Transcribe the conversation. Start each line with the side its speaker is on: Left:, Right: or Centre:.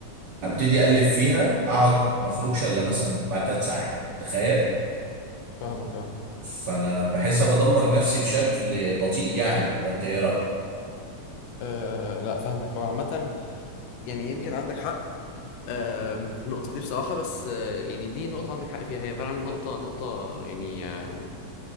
Right: ابتدي اقلب فيها اقعد ما اخرجش الا مثلا بعد ثلاث ساعات تخيل
Left: فاهمك اه
Right: فانا بحس بدمر نفسي بشكل بطيء يعني ولا انت ايه رايك؟
Left: آه، لا فاهمك هو عامة يعني يمكن عندك حق آم، في النقطة دي بصراحة بس آه، يعني دي نقطة عندك حق فيها هي فعلا نقطة نقطة يعني آم،